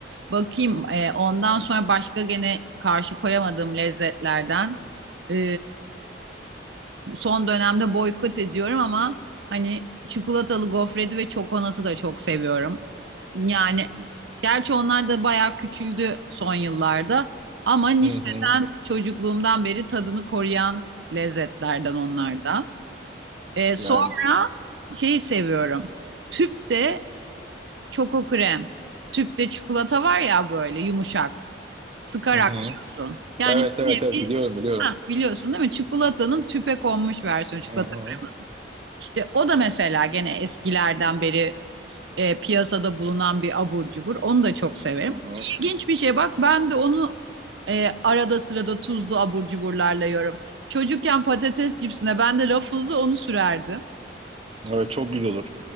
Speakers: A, on the right (about 75°); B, on the right (about 30°).
A: Bakayım e, ondan sonra başka gene karşı koyamadığım lezzetlerden. E, son dönemde boykot ediyorum ama hani çikolatalı gofreti ve çokonatı da çok seviyorum. Yani gerçi onlar da bayağı küçüldü son yıllarda ama nispeten
B: Hı hı.
A: çocukluğumdan beri tadını koruyan lezzetlerden onlar da. E, sonra
B: Yani
A: şeyi seviyorum. Tüp de Çoko krem. Tüpte çikolata var ya böyle yumuşak. Sıkarak
B: Hı hı.
A: yiyorsun. Yani
B: Evet
A: bir
B: evet
A: nevi
B: evet biliyorum biliyorum.
A: hah, biliyorsun değil mi? Çikolatanın tüpe konmuş versiyonu çikolata
B: Hı hı.
A: kreması. İşte o da mesela gene eskilerden beri e, piyasada bulunan bir abur cubur. Onu da çok severim.
B: Hı hı.
A: İlginç bir şey bak ben de onu e, arada sırada tuzlu abur cuburlarla yiyorum. Çocukken patates cipsine ben de rafızı onu sürerdim.
B: Evet çok güzel olur.